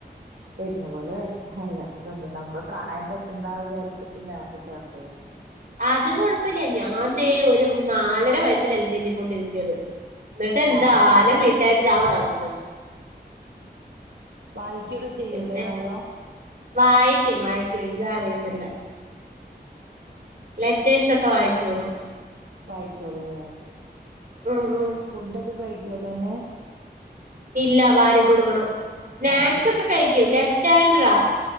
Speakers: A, on the right; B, on the right.
A: വെരുന്ന പോലെ വരട്ടെ അല്ലാതെ <unintelligible> നമ്മള് പ്രായം തെറ്റണ്ടാ വിചാരിച്ചിട്ട് നേർത്തെ ചേർത്തിയതാ
B: അത് കൊഴപ്പില്ല ഞാൻ ദേ ഒരു നാലര വയസ്സിലാ എൽ കെ ജി കൊണ്ടിരുത്തിയത് എന്നിട്ട് എന്താ
A: ആഹ്
B: ആന
A: ആഹ്
B: വീട്ടായിട്ട്താവന്നു കെടക്കുന്നു
A: വായിക്കൊക്കെ ചെയ്യൂല്ലേ
B: പിന്നെ
A: നല്ലോ
B: വായിക്കും വായിക്കും എഴുതാ അറിയത്തില്ല ലെറ്റേഴ്സൊക്കെ വായിച്ചോളൂ
A: വായിച്ചോളൂ അല്ലേ
B: ഉം ഉം
A: ഫുഡൊക്കെ കൈ ക്കോ തന്നെ
B: ഇല്ല വാരി കൊടുക്കണം സ്നാക്സ്
A: ആഹ്
B: ഒക്കെ കഴിക്കൂല്ലേ ഫ് റ്റെന്റ്രാ